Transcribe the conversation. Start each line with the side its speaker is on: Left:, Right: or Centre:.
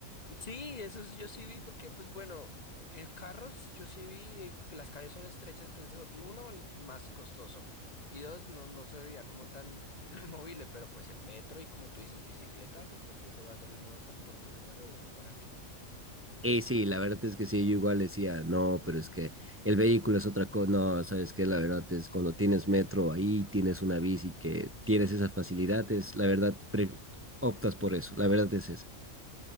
Left: Sí, eso es- yo sí vi porque, pues bueno, el carro s- yo sí vi eh, que las calles son estrechas, entonces eso- y uno, el más costoso, y dos, no, no se veía como tan <clears throat> móvil, pero pues el metro y como tú dices, bicicleta, yo creo que eso va a ser el modo de transporte número uno para mí.
Right: y sí, la verdad es que sí, yo igual decía, no, pero es que el vehículo es otra cosa, no, sabes que la verdad es cuando tienes metro ahí, tienes una bici que tienes esas facilidades, la verdad pre optas por eso, la verdad es esa.